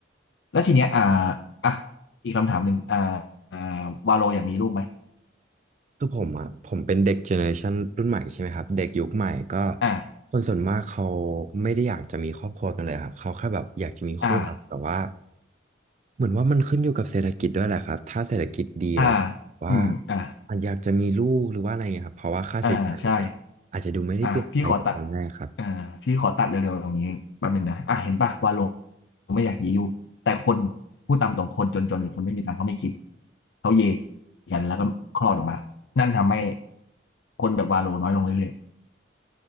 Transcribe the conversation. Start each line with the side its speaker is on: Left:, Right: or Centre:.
Left: แล้วทีเนี้ยอ่าอ่ะอีกคำถามหนึ่งอ่าอ่าวาโลอยากมีลูกไหม
Right: คือผมอ่ะผมเป็นเด็กเจเนอเรชันรุ่นใหม่ใช่ไหมครับเด็กยุคใหม่ก็
Left: อ่า
Right: คนส่วนมากเขาไม่ได้อยากจะมีครอบครัวกันเลยครับเขาแค่แบบอยากจะมีคู่รักแต่ว่า
Left: อ่า
Right: เหมือนว่ามันขึ้นอยู่กับเศรษฐกิจด้วยแหละครับถ้าเศรษฐกิจดีแล้ว
Left: อ่า
Right: ว่า
Left: อืมอ่า
Right: อาจอยากจะมีลูกหรือว่าอะไรเงี้ยครับเพราะว่าค่าใช้จ่ายมันก็อาจจะดูไม่ได้เปลี่ยนไปจากตอนแรกครับ
Left: อ่าใช่ อ่ะพี่ขอตัดอ่าพี่ขอตัดเร็วๆตรงนี้แป๊บหนึงนะอ่ะเห็นปะวาโลไม่อยากยียุแต่คนพูดตามตรงคนจนๆหรือคนไม่มีตังค์เขาไม่คิดเขาเยกันแล้วก็คลอดออกมานั่นทำให้คนแบบวาโลน้อยลงเรื่อย